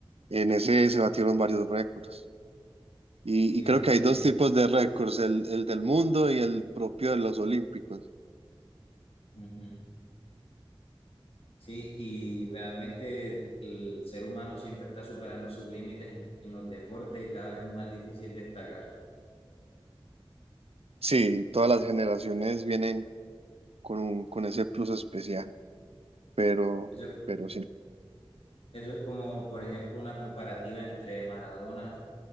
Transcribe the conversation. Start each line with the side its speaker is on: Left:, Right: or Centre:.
Right: En ese se batieron varios récords. Y,
Left: sí,
Right: y creo
Left: es que...
Right: que hay dos tipos de récords, el, el del mundo y el propio de los olímpicos.
Left: ujú. Sí, y realmente el el ser humano siempre está superando sus límites en, en los deportes y cada vez es más difícil destacar.
Right: Sí, todas las generaciones vienen con un, con ese plus especial, pero,
Left: Eso,
Right: pero sí,
Left: eso es como, por ejemplo, una comparativa entre Maradona